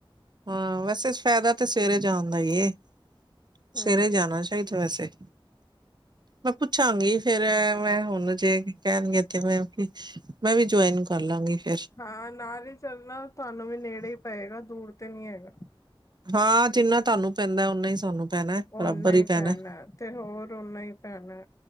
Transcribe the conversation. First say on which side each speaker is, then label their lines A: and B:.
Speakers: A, on the right; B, on the left.
A: ਹਾਂ ਵੈਸੇ ਫ਼ਾਇਦਾ ਤੇ ਸਵੇਰੇ ਜਾਨ ਦਾ ਈ ਏ। ਸਵੇਰੇ
B: ਹਮ
A: ਜਾਨ ਚਾਈਦਾ ਵੈਸੇ। ਮੈਂ ਪੁੱਛਾਂਗੀ ਫੇਰ ਐ ਮੈਂ ਹੁਨ ਮਨੂੰ ਜੇ ਕੈਨਗੇ ਤੇ ਮੈਂ ਕਿ ਮੈਂ ਵੀ ਜੌਇਨ ਕਰ ਲਾਂਗੀ ਫੇਰ
B: ਹਾਂ ਨਾਲ ਈ ਚੱਲਨਾ ਤੁਆਨੂੰ ਵੀ ਨੇੜੇ ਈ ਪਏਗਾ ਦੂਰ ਤੇ ਨਈ ਹੈਗਾ
A: ਹਾਂ ਜਿੰਨਾ ਤਾਨੂੰ ਪੇਂਦੈ ਔਨਾ ਈ ਸਾਨੂੰ ਪੈਨੈ
B: ਓਨਾ
A: ਬਰਾਬਰ
B: ਹੀ
A: ਈ ਪੈਨੈ
B: ਪੈਣਾ ਤੇ ਹੋਰ ਓਨਾ ਹੀ ਪੈਣਾ